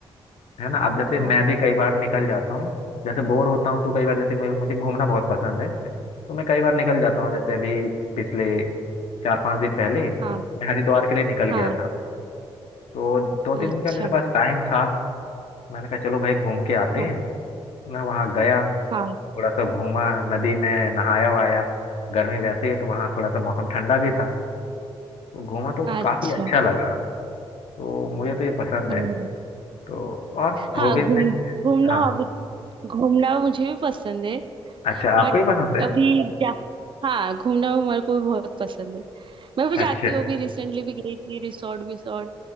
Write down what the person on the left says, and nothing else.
है ना अब जैसे
मैं भी कई बार निकल जाता हूँ जैसे बोर होता हूँ तो कई बार जैसे मुझे मुझे घूमना बहुत पसंद है तो मैं कई बार निकल जाता हूँ जैसे अभी पिछले चार पांच दिन पहले
मैं हरिद्वार के लिए निकल गया
था तो दो तीन
दिन का मेरे पास टाइम था मैंने कहा चलो भाई घूम के आते
हैं तो मैं वहाँ गया
थोड़ा सा घूमा नदी में नहाया वहाया गर्मी वैसे ही है, तो वहाँ थोड़ा सा मौसम ठंडा भी था तो घूमा तो
काफी अच्छा लगा तो मुझे तो ये पसंद है
तो और
हॉबीज
में
हाँ
अच्छा
आपको ही पसंद है
अच्छा